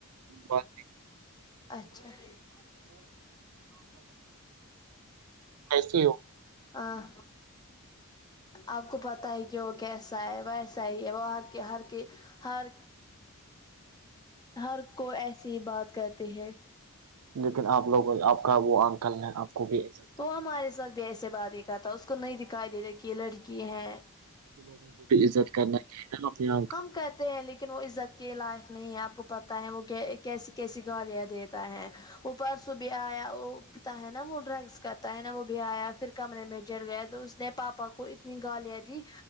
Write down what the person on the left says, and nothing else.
اچھا ہے
ہاں آپ کو پتا ہے کہ وہ کیسا ہے ویسا ہی ہے وہ ہر کے ہر کے ہر ہر کو ایسے ہی بات کہتے ہیں
وہ ہمارے
ساتھ بھی ایسے بات ہی کرتا اس کو نہیں دکھائی دے رہ کہ یہ لڑکی ہے
ہم کہتے ہیں لیکن وہ عزت کے لائق نہیں ہے آپ کو پتہ ہے وہ کیسی کیسی گالیاں دیتا ہے وہ پرسوں بھی آیا وہ پتا ہے نا وہ ڈرگس کرتا ہے نا وہ بھی آیا پھر کمرے میں جڑ گیا تو پاپا کو اتنی گالیاں دی